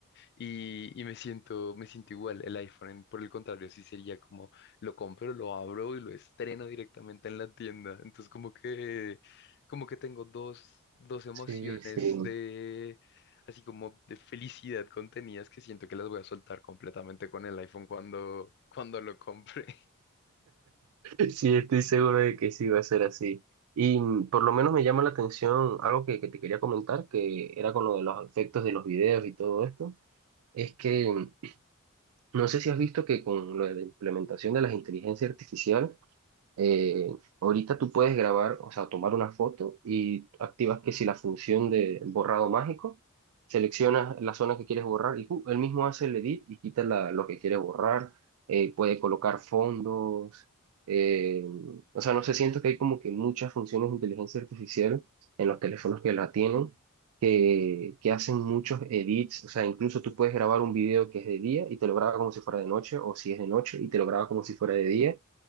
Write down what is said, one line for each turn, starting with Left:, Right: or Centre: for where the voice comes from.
Left: Y, y me siento, me siento igual. El iPhone, en- por el contrario, sí sería como lo compro, lo abro y lo estreno directamente en la tienda. Entonces, como que, como que tengo dos, dos emociones
Right: Sí, sí,
Left: de, así como de felicidad contenidas que siento que las voy a soltar completamente con el iPhone cuando, cuando lo compre.
Right: sí, <laughs> estoy seguro de que sí va a ser así. Y mm, por lo menos me llama la atención algo que, que te quería comentar, que era con lo de los efectos de los videos y todo esto, es que mm, no sé si has visto que con lo de la implementación de las inteligencias artificiales, eh, ahorita tú puedes grabar, o sea, tomar una foto y activas que si la función de borrado mágico, seleccionas la zona que quieres borrar y ¡pum! él mismo hace el edit y quita la- lo que quieres borrar, eh, puede colocar fondos, eh, o sea, no sé, siento que hay como que muchas funciones de inteligencia artificial en los teléfonos que la tienen. Que, que hacen muchos edits, o sea, incluso tú puedes grabar un video que es de día y te lo graba como si fuera de noche, o si es de noche y te lo graba como si fuera de día,